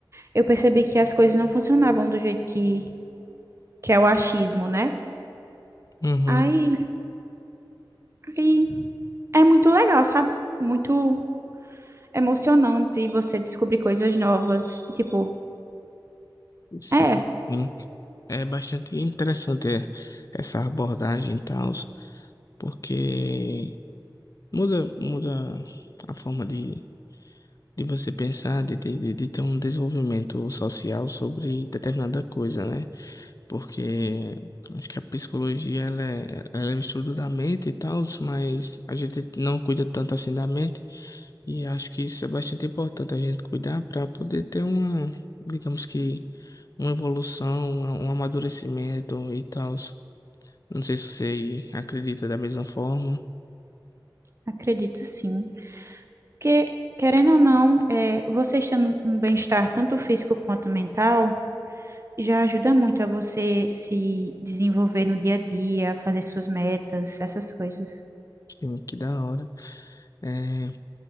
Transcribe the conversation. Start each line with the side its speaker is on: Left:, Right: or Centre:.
Right: eu percebi que as coisas não funcionavam do jeito que, que é o achismo, né?
Left: Uhum,
Right: Aí, aí é muito legal, sabe? Muito emocionante você descobrir coisas novas. E, tipo,
Left: sim.
Right: é,
Left: sim. É bastante interessante é, essa abordagem e tal, porque muda, muda a forma de de você pensar, de, de, de de ter um desenvolvimento social sobre determinada coisa, né? Porque acho que a psicologia, ela é, ela é o estudo da mente e tal, mas a gente não cuida tanto assim da mente, e acho que isso é bastante importante a gente cuidar para poder ter uma, digamos que, uma evolução, uma- um amadurecimento e tal. Não sei se você acredita da mesma forma.
Right: acredito sim. Porque, querendo ou não, é, você estando em um bem-estar tanto físico quanto mental já ajuda muito a você se desenvolver no dia a dia, fazer suas metas, essas coisas.
Left: Sim, que da hora. É,